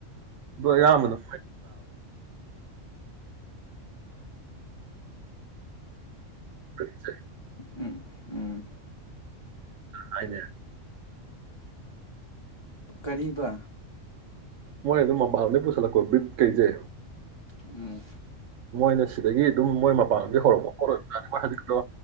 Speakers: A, on the right; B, on the left.
A: ꯑꯗꯣ ꯑꯌꯥꯝꯕꯅ <inaudible>
B: ꯎꯝ ꯎꯝ
A: ꯍꯥꯏꯅꯦ
B: ꯀꯔꯤꯕ
A: ꯃꯣꯏ ꯑꯗꯨꯝ ꯃꯕꯥꯂꯝꯗꯩ ꯄꯨꯁꯜꯂꯛꯄ ꯕ꯭ꯔꯤꯠ ꯀꯩꯁꯦ
B: ꯎꯝ
A: ꯃꯣꯏꯅ ꯁꯤꯗꯒꯤ ꯑꯗꯨꯝ ꯃꯣꯏ ꯃꯄꯥꯟꯗꯒꯤ ꯍꯧꯔꯛꯄ ꯄꯣꯠ ꯑꯣꯢꯕꯖꯥꯠꯅꯤ ꯃꯣꯏ ꯍꯟꯗꯛꯀꯤꯗꯣ